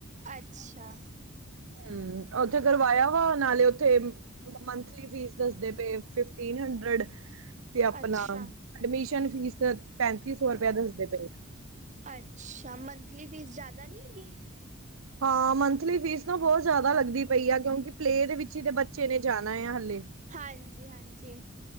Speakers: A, on the right; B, on the right.
A: ਅੱਛਾ।
B: ਹੂੰ ਉੱਥੇ ਕਰਵਾਇਆ ਵਾ ਨਾਲੇ ਉੱਥੇ ਮੰਥਲੀ ਫੀਸ ਦੱਸਦੇ ਪਏ ਫਿਫਟੀਨ ਹੰਡਰਡ ਤੇ ਅਪਣਾ
A: ਅੱਛਾ
B: ਐਡਮਿਸ਼ਨ ਫੀਸ ਪੈਂਤੀ ਸੌ ਰੁਪਇਆ ਦੱਸਦੇ ਪਏ ਆ।
A: ਅੱਛਾ ਮੰਥਲੀ ਫੀਸ ਜਾਦਾ ਨੀ ਹੈਗੀ।
B: ਹਾਂ ਮੰਥਲੀ ਫੀਸ ਤਾਂ ਬੋਤ ਜਾਦਾ ਲੱਗਦੀ ਪਈ ਆ, ਕਿਉਂਕਿ ਪਲੇਅ ਦੇ ਵਿੱਚ ਈ ਤੇ ਬੱਚੇ ਨੇ ਜਾਣਾ ਆ ਹੱਲੇ।
A: ਹਾਂਜੀ-ਹਾਂਜੀ।